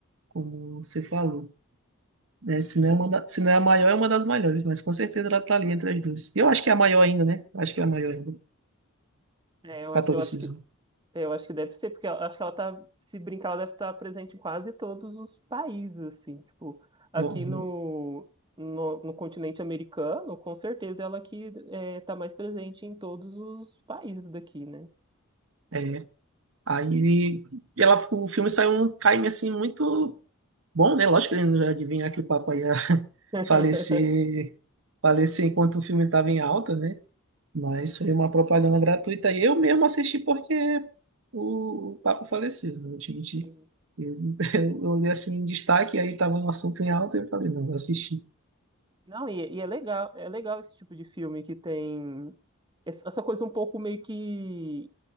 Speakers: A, on the right (about 60°); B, on the right (about 20°).
A: como você falou. né? se não
B: Sim,
A: é uma da- se não é a maior, é uma das maiores, mas com certeza ela tá ali entre as duas. Eu acho que é a maior ainda, né? Acho que é a maior ainda.
B: é, eu,
A: Catolicismo.
B: acho- eu acho que Eu acho que deve ser, porque eu acho que ela tá, se brincar, ela deve estar presente em quase todos os países, assim, tipo, aqui
A: Bom,
B: no, no, no continente americano, com certeza ela que é, tá mais presente em todos os países daqui, né?
A: é, Aí ela, o filme saiu um time assim muito bom, né? Lógico que ele não ia adivinhar que o papai ia <laughs>
B: <laughs>
A: falecer, falecer enquanto o filme estava em alta, né? Mas foi uma propaganda gratuita e eu mesmo assisti porque o Papa faleceu, não te menti.
B: Sim.
A: Eu, <laughs> eu olhei assim em destaque, aí estava um assunto em alta e eu falei, não, vou assistir.
B: Não, e, e é legal, é legal esse tipo de filme que tem essa essa coisa um pouco meio que